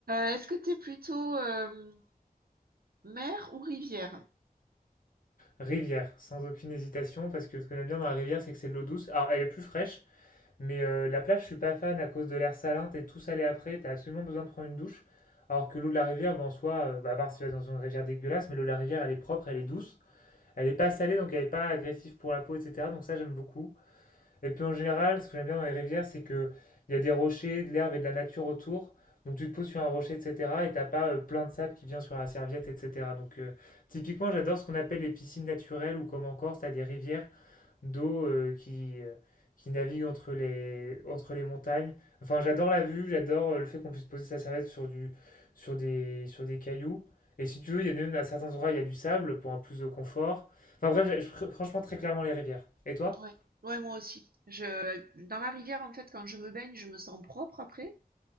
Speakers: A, on the right (about 80°); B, on the left (about 65°).
A: est-ce que tu es plutôt euh, mer ou rivière?
B: Rivière, sans aucune hésitation, parce que ce que j'aime bien dans la rivière, c'est que c'est de l'eau douce. Alors elle est plus fraîche, mais euh, la plage, je suis pas fan à cause de l'air salin, t'es tout salé après, t'as absolument besoin de prendre une douche. Alors que l'eau de la rivière, ben, en soi, euh, bah, à part si tu vas dans une rivière dégueulasse, mais l'eau de la rivière, elle est propre, elle est douce. Elle est pas salée, donc elle est pas agressive pour la peau, etc. Donc ça, j'aime beaucoup. Et puis en général, ce que j'aime bien dans les rivières, c'est que il y a des rochers, de l'herbe et de la nature autour. Donc tu te poses sur un rocher, etc. Et t'as pas euh, plein de sable qui vient sur la serviette, etc. Donc euh, typiquement, j'adore ce qu'on appelle les piscines naturelles ou comme en Corse, t'as des rivières d'eau euh, qui, euh, qui naviguent entre les, entre les montagnes. Enfin, j'adore la vue, j'adore euh, le fait qu'on puisse poser sa serviette sur du, sur des, sur des cailloux. Et si tu veux, il y a même à certains endroits, il y a du sable pour un plus de confort. Enfin bref, j'ai- je pr- franchement, très clairement les rivières. Et toi?
A: Ouais, ouais, moi aussi. Je, dans la rivière, en fait, quand je me baigne, je me sens propre après,